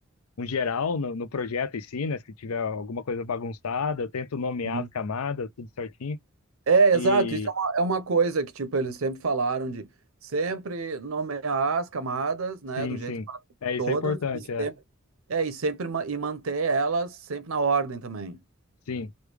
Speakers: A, on the left; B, on the right.
A: um geral no, no projeto em si, né? Se tiver alguma coisa bagunçada, eu tento nomear
B: Sim.
A: as camadas, tudo certinho.
B: É, exato.
A: E
B: Isso é uma, é uma coisa que, tipo, eles sempre falaram de sempre nomear as camadas, né,
A: sim,
B: do
A: sim,
B: jeito que fazem
A: é isso
B: todas
A: é importante,
B: e
A: é.
B: sempre, é, e sempre ma- e manter elas sempre na ordem também,
A: Sim.